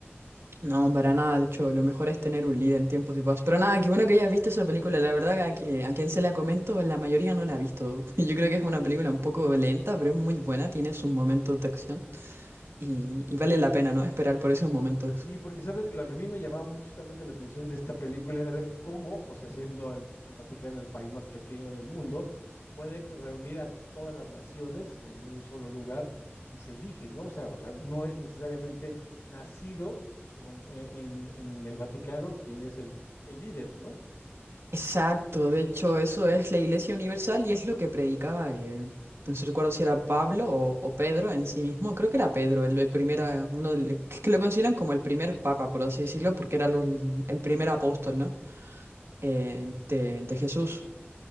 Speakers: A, on the right; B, on the left.
A: No, para nada, de hecho, lo mejor es tener un líder en tiempos de paz. Pero nada, qué bueno que hayas visto esa película, la verdad a que a quien se la comento, la mayoría no la ha visto. <laughs> Yo creo que es una película un poco lenta, pero es muy buena, tiene sus momentos de acción y, y vale la pena, ¿no? Esperar por esos momentos.
B: Y porque, ¿sabes? Lo que a mí me llamaba mu- justamente la atención de esta película era ver cómo, o sea, siendo el, el Vaticano el país más pequeño del mundo, puede que reunir a todas las naciones en un solo lugar y se elige, ¿no? O sea, o sea, no es necesariamente nacido como en, e, en- en el Vaticano quien es el, el líder, ¿no?
A: Exacto, de hecho, eso es la Iglesia Universal y es lo que predicaba, eh, no sé, recuerdo si era Pablo o, o Pedro en sí mismo, creo que era Pedro, el, el primer, eh, uno del- que que lo consideran como el primer papa, por así decirlo, porque era lo- el primer apóstol, ¿no? eh, de, de Jesús.